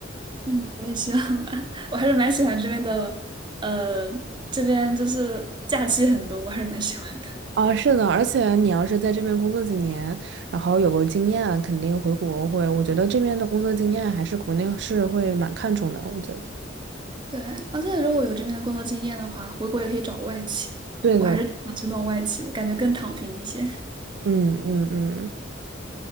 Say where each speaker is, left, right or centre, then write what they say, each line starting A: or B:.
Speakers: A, on the right; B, on the right.
A: 嗯，我也希望吧。<laughs> 我还是蛮喜欢这边的，呃，这边就是假期很多，我还是蛮喜欢的。
B: 啊，是的，而且你要是在这边工作几年，然后有个经验啊，肯定回国会，我觉得这边的工作经验还是国内是会蛮看重的，我觉得。
A: 对，而且如果有这边的工作经验的话，回国也可以找外企。
B: 对的，
A: 我还是挺想去弄外企的，感觉更躺平一些。
B: 嗯嗯嗯